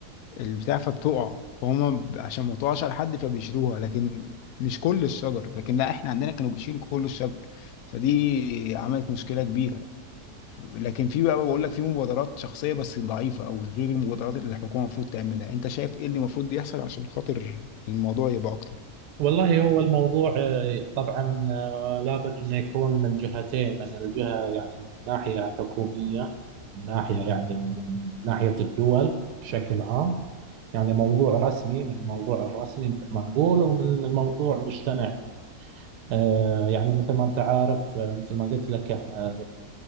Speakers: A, on the left; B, on the right.
A: البتاع فبتقع فهم ب- عشان ما تقعش على حد فبيشيلوها لكن مش كل الشجر لكن لا احنا عندنا كانوا بيشيلوا كل الشجر فدي عملت مشكلة كبيرة لكن في بقى بقول لك في مبادرات شخصية بس ضعيفة او غير المبادرات اللي الحكومة المفروض تعملها انت شايف ايه اللي المفروض يحصل عشان خاطر الموضوع يبقى اكتر
B: والله هو الموضوع آه، طبعا آه، لابد أنه يكون من جهتين من الجهة يعني من ناحية حكومية من ناحية يعني من ناحية الدول بشكل عام يعني موضوع رسمي من الموضوع الرسمي مثل ما نقول ومن الموضوع مجتمعي آه، يعني مثل ما أنت عارف آه، مثل ما قلت لك إحنا